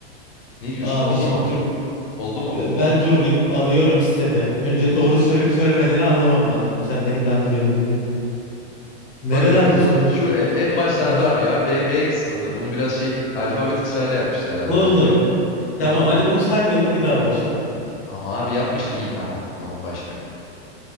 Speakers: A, on the left; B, on the left.
A: Ne diyorsun
B: Abi
A: oldu
B: şimdi
A: mu?
B: dur.
A: Oldu mu?
B: Ben
A: Ol-
B: dur bir arıyorum sitede. Önce
A: <laughs>
B: doğru söyleyip söylemediğini anlamam lazım. Sen beni kandırıyor mu diye. Nerelerde
A: Bak bakalım abi.
B: söyledin?
A: Şu e- en başlarda
B: Baş.
A: abi ya B, B kısmında bunu biraz şey alfabet kısrarla yapmışlar herhalde
B: Oldu.
A: kanka. Buldun
B: Tamam hadi
A: mu?
B: bunu saymayalım bir daha başla.
A: Ama abi yapmıştım. İyi tamam. Tamam başlıyorum.